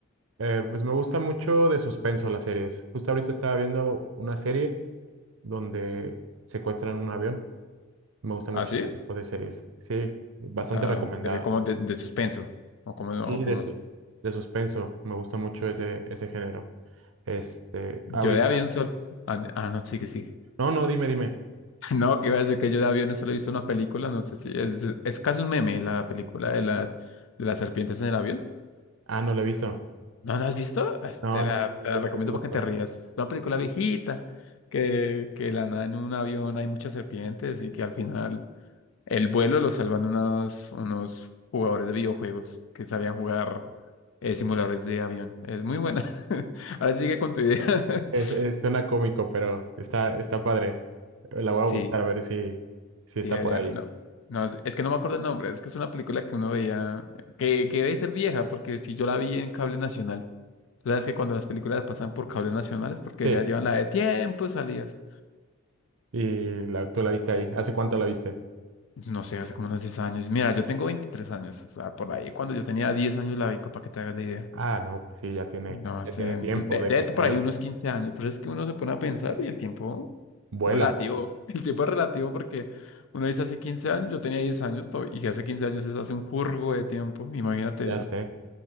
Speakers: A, on the right; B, on the left.
A: Eh, pues me gusta mucho de suspenso las series. Justo ahorita estaba viendo una serie donde secuestran un avión. Me gusta
B: ¿Ah,
A: mucho
B: sí?
A: ese tipo de series. Sí, bastante
B: O sea,
A: recomendada.
B: te ve como de, de suspenso. O como, no,
A: Sí,
B: o como.
A: de, su- de suspenso. Me gusta mucho ese, ese género. Este,
B: Yo
A: ahorita.
B: de avión solo. Ah, de- ah, no, sí que sí.
A: No, no, dime, dime.
B: <laughs> No, que iba a decir que yo de avión solo he visto una película, no sé si es, es casi un meme, la película de la, de las serpientes en el avión.
A: Ah, no la he visto.
B: ¿No la has visto? Ah,
A: No,
B: Te la,
A: no, no
B: te la
A: tengo
B: recomiendo
A: el gusto.
B: porque te rías. Es una película viejita, que, que de la nada en un avión hay muchas serpientes y que al final El vuelo lo salvan unos, unos jugadores de videojuegos que sabían jugar eh, simuladores de avión. Es muy buena. <laughs> Ahora sí sigue con tu idea.
A: Es-
B: <laughs>
A: es- suena cómico, pero está, está padre. La voy a
B: Sí,
A: buscar a ver si, si está
B: sí, debería.
A: por ahí.
B: No, no, es que no me acuerdo el nombre. Es que es una película que uno veía, que, que debe ser vieja, porque si yo la vi en cable nacional, tú sabes que cuando las películas pasan por cable nacional es porque
A: Sí,
B: ya llevan la de tiempo salidas.
A: y la- tú la viste ahí. ¿Hace cuánto la viste?
B: No sé, hace como unos diez años. Mira, yo tengo 23 años. O sea, por ahí, cuando yo tenía 10 años la vi, para que te hagas la idea.
A: Ah, no, pues sí, ya tiene,
B: No
A: ya
B: sé,
A: tiene tiempo
B: de, de-
A: de
B: de
A: que salió.
B: por ahí unos 15 años, pero es que uno se pone a pensar y el tiempo
A: Vuela,
B: es relativo, <laughs> el tiempo es relativo porque uno dice hace 15 años, yo tenía 10 años to- y que hace 15 años es hace un jurgo de tiempo, imagínate
A: ya
B: eso.
A: sé.